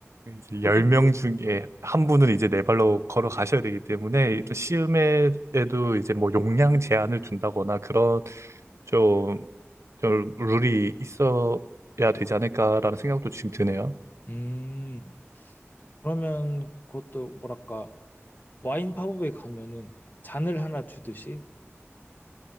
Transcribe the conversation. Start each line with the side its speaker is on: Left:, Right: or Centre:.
Right: 이제
Left: 소주
Right: 10명
Left: 먹을 수
Right: 중에
Left: 있죠.
Right: 한 분은 이제 네 발로 걸어가셔야 되기 때문에 또 시음에도 이제 뭐 용량 제한을 둔다거나 그런 좀, 좀 룰이 있어야 되지 않을까라는 생각도 지금 드네요.
Left: 음, 그러면 그것도 뭐랄까 와인 팝업에 가면은 잔을 하나 주듯이